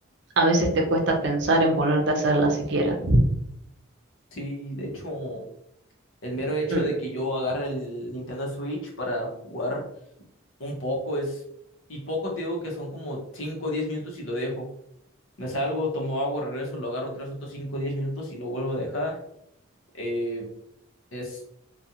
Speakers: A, on the right; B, on the left.
A: a veces te cuesta pensar en ponerte a hacerlas siquiera.
B: Sí, de hecho. El mero hecho
A: Mm.
B: de que yo agarre el Nintendo Switch para jugar un poco es, y poco te digo que son como 5 o 10 minutos y lo dejo. Me salgo, tomo agua, regreso, lo agarro tres otros 5 o 10 minutos y lo vuelvo a dejar. Eh, es,